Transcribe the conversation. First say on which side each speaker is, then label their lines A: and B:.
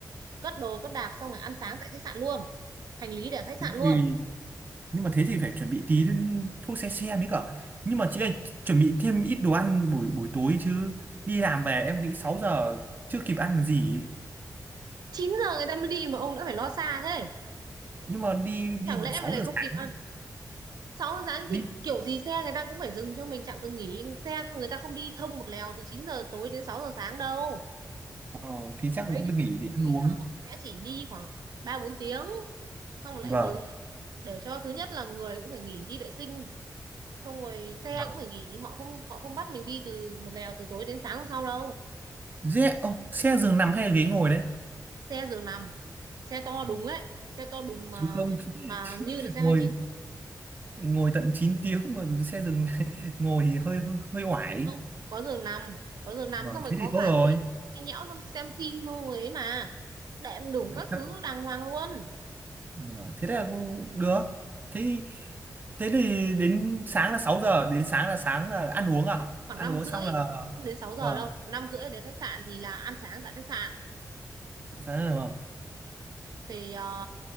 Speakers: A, on the right (about 70°); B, on the right (about 25°).
A: cất đồ cất đạc xong rồi ăn sáng tại khách sạn luôn hành lý để ở khách sạn
B: thế
A: luôn
B: thì nhưng mà thế thì phải chuẩn bị tí thuốc xe xe mới cả nhưng mà chị ơi chuẩn bị thêm ít đồ ăn buổi buổi tối chứ đi làm về em nghĩ 6 giờ chưa kịp ăn được gì ấy.
A: chín giờ người ta mới đi mà ông đã phải lo xa thế
B: nhưng mà đi đi
A: chẳng lẽ
B: tận 6
A: mà lại
B: giờ
A: không
B: sáng
A: kịp ăn sáu giờ sáng
B: đi
A: thì kiểu gì xe người ta cũng phải dừng cho mình trạm dừng nghỉ xe người ta không đi thông một lèo từ 9 giờ tối đến 6 giờ sáng đâu
B: ờ, thì chắc
A: mấy
B: vẫn
A: cái
B: được
A: xe
B: nghỉ để ăn
A: đấy
B: uống
A: là họ sẽ chỉ đi khoảng 3 4 tiếng xong rồi
B: vâng
A: lại dừng để cho thứ nhất là người cũng phải nghỉ đi vệ sinh xong rồi xe
B: vâng
A: cũng phải nghỉ họ không họ không bắt mình đi từ một lèo từ tối đến sáng hôm sau đâu
B: dễ ô xe giường nằm hay là ghế ngồi đấy
A: xe giường nằm xe to
B: Ờ,
A: đúng ấy xe to đúng mà
B: chứ không
A: mà
B: <laughs>
A: như là xe
B: ngồi
A: hai mươi chín chỗ
B: ngồi tận 9 tiếng mà xe giường <laughs> ngồi thì hơi hơi, hơi oải
A: không có giường nằm có giường nằm
B: vâng
A: xong rồi
B: thế
A: có
B: thì
A: cả
B: tốt rồi
A: nghe nhạc, nghe nhẽo xong xem phim luôn ấy mà đệm đủ
B: Để
A: các
B: Chắc-
A: thứ đàng hoàng luôn
B: vâng, thế là cũng được thế thế thì đến sáng là 6 giờ đến sáng là sáng là ăn uống à
A: khoảng
B: ăn
A: năm
B: uống
A: rưỡi
B: xong là
A: không đến 6 giờ
B: vâng
A: đâu năm rưỡi đến khách sạn thì là ăn sáng tại khách sạn
B: sáng là vâng
A: thì ờ,